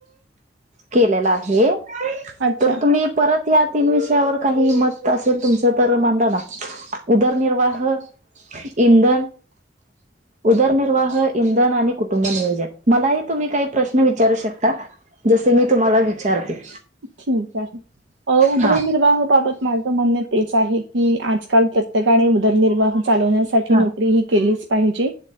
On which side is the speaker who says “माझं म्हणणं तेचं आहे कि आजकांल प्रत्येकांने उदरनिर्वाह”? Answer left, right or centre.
Right